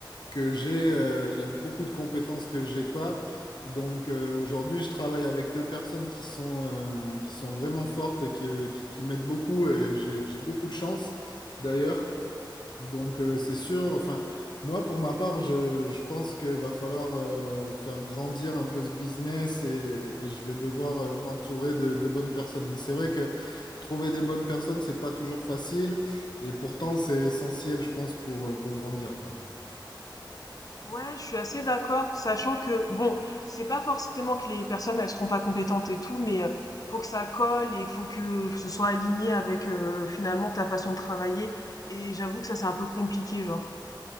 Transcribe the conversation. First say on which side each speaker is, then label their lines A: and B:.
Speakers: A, on the left (about 65°); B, on the left (about 45°).
A: que j'ai, euh, il y a beaucoup de compétences que j'ai pas. Donc euh, aujourd'hui, je travaille avec deux personnes qui sont, euh, qui sont vraiment fortes et qui, qui, qui m'aident beaucoup et j'ai, j'ai beaucoup de chance d'ailleurs. Donc euh, c'est sûr, enfin, moi pour ma part, je, je pense qu'il va falloir euh, faire grandir un peu ce business et, et je vais devoir euh, m'entourer de, de bonnes personnes. Mais c'est vrai que trouver des bonnes personnes, c'est pas toujours facile et pourtant c'est essentiel, je pense, pour, euh, pour grandir, quoi.
B: Ouais, je suis assez d'accord, sachant que bon, c'est pas forcément que les personnes elles seront pas compétentes et tout, mais euh, faut que ça colle et faut que ce soit aligné avec euh, finalement ta façon de travailler. Et j'avoue que ça c'est un peu compliqué, genre.